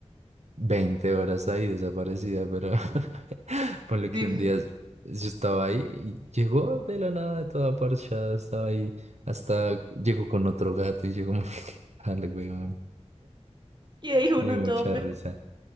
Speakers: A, on the right; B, on the right.
A: 20 horas ahí desaparecida, pero <laughs> por lo
B: Dime.
A: que un día yo estaba ahí y llegó de la nada, toda parchada, estaba ahí, hasta llegó con otro gato y llegó, dale, <laughs> weón,
B: Y ahí uno
A: me dio
B: todo
A: mucha
B: preocupado,
A: risa.